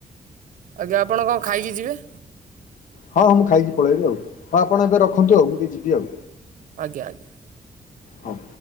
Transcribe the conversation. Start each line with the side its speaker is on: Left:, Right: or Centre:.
Right: ଆଜ୍ଞା ଆପଣ କଣ ଖାଇକି ଯିବେ?
Left: ହଁ ହଁ ମୁଁ ଖାଇକି ପଳେଇବି ଆଉ ହଁ ଆପଣ ଏବେ ରଖନ୍ତୁ ଆଉ ମୁଁ ଟିକେ ଯିବି ଆଉ
Right: ଆଜ୍ଞା ଆଜ୍ଞା।
Left: ହଁ।